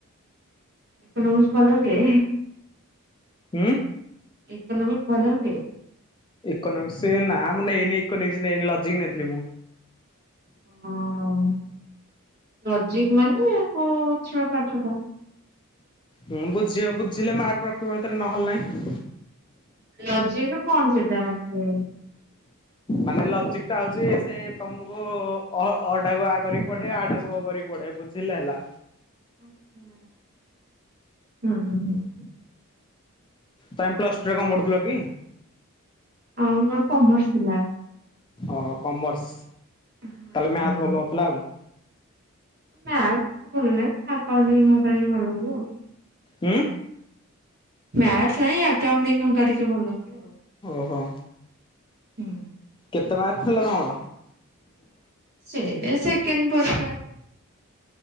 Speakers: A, on the right (about 45°); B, on the left (about 20°).
A: ଇକୋନୋମିକ୍ସ ଭଲ ହୁଏ?
B: ହୁଁ।
A: ଏକୋନୋମିକ୍ସ ଭଲ ହୁଏ?
B: ଇକୋନୋମିକ୍ସ ସେ ନା ମୁଁ ନେଇନି ଇକୋନୋମିକ୍ସ ନେଇକି ଲଜିକ୍ ନେଇଥିଲି ମୁଁ
A: ହଁ ଲଜିକ୍ ମାନେ କୋଉ ଛୁଆ ପାଠ ଟା
B: ହୁଁ ବୁଝିବ ବୁଝିଲେ ମାର୍କ ରଖିବ ଭିତରେ ନହେଲେ ନାହିଁ?
A: ଲଜିକ୍ ରେ କଣ ସେଟା ମାନେ
B: ମାନେ ଲଜିକ୍ ଟା ଆଉଛି ସେ ତମକୁ ଅ ଅ ଟାକୁ ଆ କରିକି ପଢ଼େଇବେ ଆ ଟାକୁ ଅ କରିକି ପଢ଼େଇ ବା ବୁଝ ଥିଲେ ହେଲା।
A: ଆଚ୍ଛା ହୁଁ-ହୁଁ।
B: ତାଙ୍କ ପ୍ଲସ୍ ଟୁ ରେ କଣ ପଡ଼ୁଥିଲ କି?
A: ଆଉ ମୋର କମର୍ସ ଥିଲା।
B: ଅ କମର୍ସ
A: ହଁ
B: ତାହେଲେ ମ୍ୟାଥ ଭଲ ହଉଥିଲା ଆଉ
A: ମ୍ୟାଥ ଏତେ ଭଲ ନାହିଁ ଆକାଉଣ୍ଟିଂ ଭଲ ହୁଏ ଆଉ
B: ହୁଁ।
A: ମ୍ୟାଥ ନାଇଁ ଆକାଉଣ୍ଟିଂ ଦିନ କାରିକା ଭଲ ହୁଏ ଆଉ
B: ଓହୋ।
A: ହୁଁ
B: କେତେ ମାର୍କ ଥିଲା ତମର?
A: ସେ ସେକେଣ୍ଡ ପରିଖ